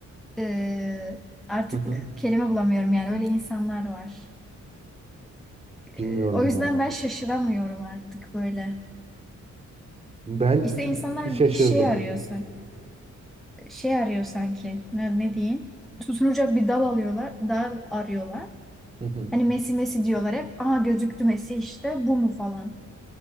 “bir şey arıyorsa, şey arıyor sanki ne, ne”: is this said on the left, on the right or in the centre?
Centre